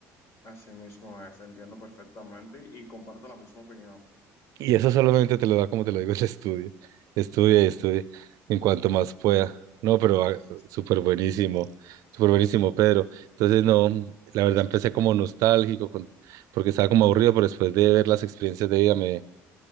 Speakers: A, on the left; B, on the right.
A: Así mismo es, entiendo perfectamente y, y comparto la misma opinión.
B: Y eso solamente te lo da, como te lo digo, el estudio. Estudia y estudia en cuanto más pueda. No, pero ah,
A: Sí,
B: súper buenísimo, súper buenísimo, Pedro. Entonces, no, la verdad empecé como nostálgico, con- porque estaba como aburrido, pero después de ver las experiencias de vida me,